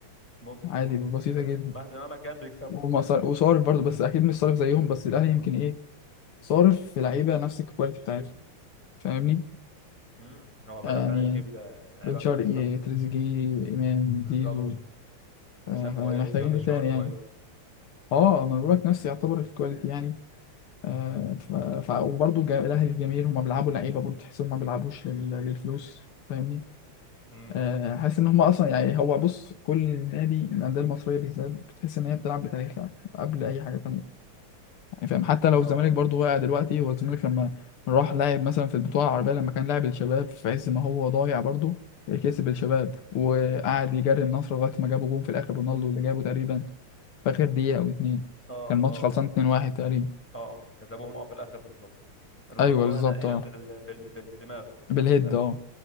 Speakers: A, in the centre; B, on the left.
A: ممكن
B: عادي
A: برضو
B: بسيطة
A: بس
B: جدا
A: مهما ما كان بيكسبهم
B: ومصا- وصارف برضه بس اكيد مش صارف زيهم بس الاهلي يمكن ايه صارف في لعيبه نفس الكواليتي بتاعتهم فاهمني
A: مم. هو بدأ
B: يعني
A: فعلا يجيب آه، لعيبة
B: بن شرقي
A: كويسة
B: تريزيجيه امام
A: بالظبط
B: زيزو
A: وسام
B: آه
A: كويس
B: محتاجين
A: جولدشار
B: ايه تاني
A: كويس
B: يعني اه انا بقول لك نفس يعتبر الكواليتي يعني آه ف... ف... وبرضه جا- الاهلي الجماهير هم بيلعبوا لعيبه برضه تحسهم ما بيلعبوش لل... للفلوس فاهمني
A: مم.
B: آه
A: بس
B: حاسس
A: الصف-
B: ان هم اصلا يعني هو بص كل نادي الانديه المصريه بالذات بتحس ان هي بتلعب بتاريخها قبل اي حاجه تانيه يعني فاهم حتى لو الزمالك
A: اه
B: برضو واقع دلوقتي هو الزمالك لما راح لاعب مثلا في البطولة العربية لما كان لاعب الشباب في عز ما هو ضايع برضو كسب الشباب وقعد يجري النصر لغاية ما جابوا جون في الآخر رونالدو اللي جابه تقريبا في آخر دقيقة أو اتنين
A: اه
B: كان ماتش
A: اه
B: خلصان
A: اه
B: 2-1
A: كسب
B: تقريبا
A: اه كسبوهم اه في الآخر بالظبط كده رونالدو
B: أيوه
A: جابها
B: بالظبط
A: تقريبا
B: اه
A: بال... بال... بالدماغ كده
B: بالهيد
A: تقريبا
B: اه